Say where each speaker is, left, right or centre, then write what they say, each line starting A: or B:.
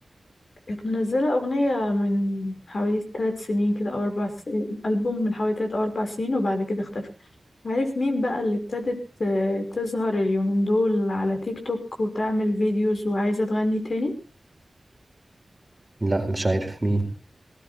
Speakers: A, on the left (about 70°); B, on the right (about 15°).
A: كانت منزلة اغنية من حوالي ثلاث سنين كده او اربع سنين البوم من حوالي ثلاث او اربع سنين وبعد كده اختفت عارف مين بقى اللي ابتدت آه، تظهر اليومين دول على تيك توك وتعمل فيديوز وعايزة تغني تاني؟
B: لا مش عارف مين